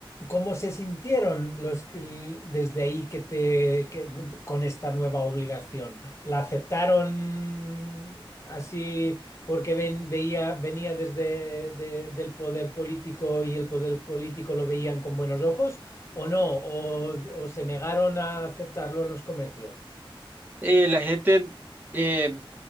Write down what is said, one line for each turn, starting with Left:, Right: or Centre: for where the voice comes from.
Left: ¿Cómo se sintieron los que- desde ahí que te que- con esta nueva obligación? ¿La aceptaron así porque ven- veía, venía desde de- del poder político y el poder político lo veían con buenos ojos o no? ¿O, o se negaron a aceptarlo en los comercios?
Right: Eh, la gente eh,